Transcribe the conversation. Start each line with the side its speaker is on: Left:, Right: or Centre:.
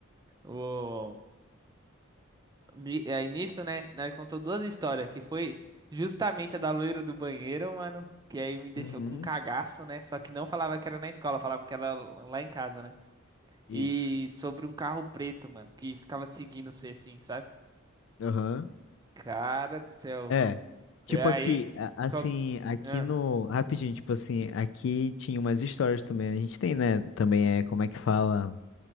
Right: O... ni- Aí nisso, né? Nós contou duas histórias, que foi justamente a da loira do banheiro, mano. Que aí me deixou
Left: Uhum.
Right: com um cagaço, né? Só que não falava que era na escola, falava que era lá em casa, né?
Left: Isso.
Right: E sobre um carro preto, mano, que ficava seguindo você assim, sabe?
Left: Aham.
Right: Cara do céu.
Left: É. Tipo
Right: E aí?
Left: aqui, a-
Right: Qual...
Left: assim, aqui
Right: Ah,
Left: no. Rapidinho, tipo assim, aqui tinha umas histórias também. A gente tem, né? Também é como é que fala.